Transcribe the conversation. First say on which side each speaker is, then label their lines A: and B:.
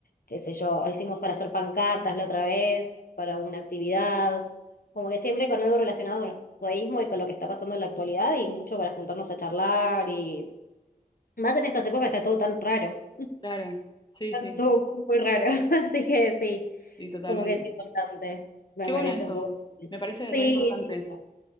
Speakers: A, on the left; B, on the left.
A: qué sé yo, hicimos para hacer pancartas la otra vez, para una actividad. Como que siempre con algo relacionado con el judaísmo y con lo que está pasando en la actualidad y mucho para juntarnos a charlar y... Más en estas épocas está todo tan raro.
B: claro, sí,
A: Está
B: sí,
A: todo muy raro. <laughs> Así que sí,
B: sí, totalmente.
A: como que es importante. Me
B: Qué
A: parece
B: bueno eso.
A: un poco.
B: Me parece
A: Sí,
B: re importante